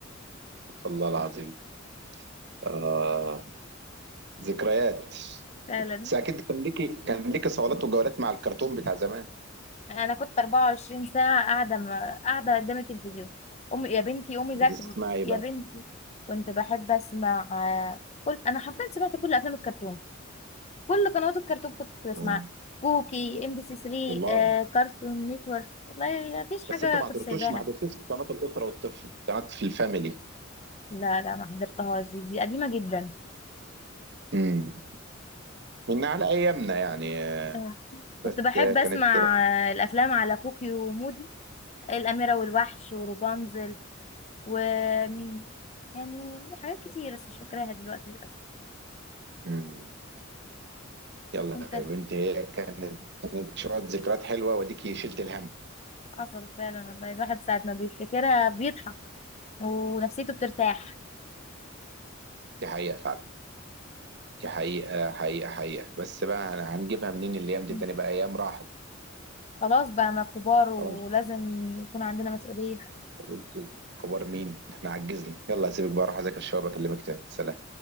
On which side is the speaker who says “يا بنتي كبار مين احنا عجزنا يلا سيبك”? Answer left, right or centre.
Right